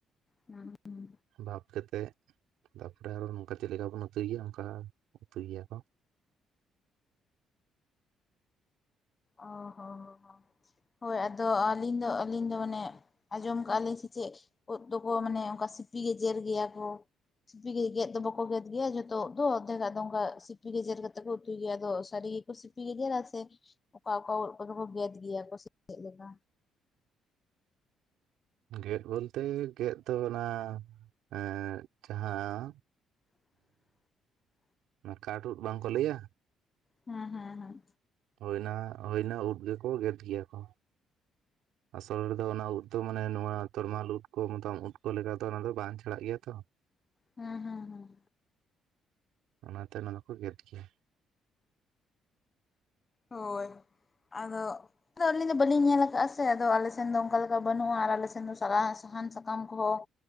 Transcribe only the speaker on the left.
ᱦᱩᱸ ᱦᱩᱸ
ᱚ ᱦᱚᱸ ᱦᱳᱭ ᱟᱫᱚ ᱟᱹᱞᱤᱧ ᱫᱚ ᱟᱹᱞᱤᱧ ᱫᱚ ᱢᱟᱱᱮ ᱟᱸᱡᱚᱢ ᱠᱟᱜᱼᱟ ᱞᱮ ᱥᱮ ᱪᱮᱫ ᱠᱚᱫ ᱫᱚᱠᱚ ᱢᱟᱱᱮ ᱚᱱᱠᱟ ᱥᱤᱯᱤ ᱜᱮ ᱡᱮᱨ ᱜᱮᱭᱟ ᱠᱚ ᱥᱤᱯᱤ ᱜᱮ ᱜᱮᱫ ᱫᱚ ᱵᱟᱠᱚ ᱜᱮᱫ ᱜᱮᱭᱟ ᱡᱷᱚᱛᱚ ᱫᱚ ᱟᱫᱷᱮᱠᱟ ᱫᱚ ᱚᱱᱠᱟ ᱥᱤᱯᱤ ᱜᱮᱡᱮᱨ ᱠᱟᱛᱮ ᱠᱚ ᱩᱛᱩᱭ ᱜᱮᱭᱟ ᱟᱫᱚ ᱥᱟᱹᱨᱤ ᱜᱮᱠᱚ ᱥᱤᱯᱤ ᱥᱤᱯᱤ ᱜᱤᱫᱮᱨ ᱥᱮ ᱚᱠᱟ ᱚᱠᱟ <unintelligible> ᱠᱚᱫᱚ ᱠᱚ ᱜᱮᱫ ᱜᱮᱭᱟ ᱠᱚ ᱥᱮ ᱪᱮᱫ ᱞᱮᱠᱟ
<inaudible>
ᱦᱮᱸ ᱦᱮᱸ ᱦᱮᱸ
<inaudible> ᱦᱮᱸ ᱦᱮᱸ ᱦᱮᱸ
ᱦᱳᱭ <inaudible> ᱟᱫᱚ ᱟᱫᱚ ᱟᱹᱞᱤᱧ ᱫᱚ ᱵᱟᱹᱞᱤᱧ ᱧᱮᱞ ᱟᱠᱟᱫᱟ ᱥᱮ ᱟᱫᱚ ᱟᱞᱮ ᱥᱮᱱ ᱫᱚ ᱚᱱᱠᱟ ᱞᱮᱠᱟ ᱵᱟᱹᱱᱩᱜᱼᱟ ᱟᱞᱮ ᱥᱮᱱ ᱫᱚ <unintelligible> ᱥᱟᱦᱟᱱ ᱥᱟᱠᱟᱢ ᱠᱚᱦᱚᱸ